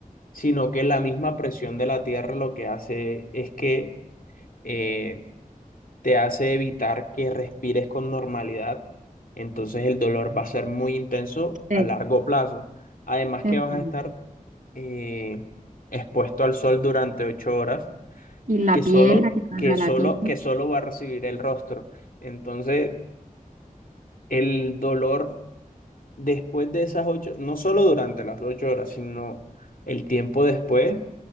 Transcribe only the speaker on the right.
sí,
es
verdad.
Y la
piel,
la que salga
la piel.